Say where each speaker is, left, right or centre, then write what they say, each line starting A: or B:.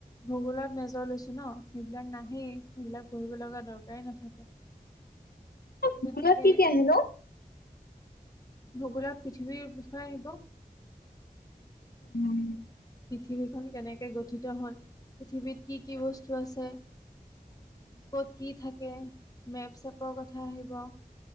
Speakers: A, on the left; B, on the left.
A: ভূগোলত মেজৰ লৈছো ন, সেইবিলাক নাহেই সেইবিলাক পঢ়িব লগা দৰকাৰেই নাথাকে।
B: ভূগোলত
A: গতিকে
B: কি কি আহে ন'?
A: ভূগোলত পৃথিৱীৰ বিষয়ে আহিব।
B: উম।
A: পৃথিৱীখন কেনেকে গঠিত হ'ল? পৃথিৱীত কি কি বস্তু আছে? ক'ত কি থাকে? মেপ চেপৰ কথা আহিব।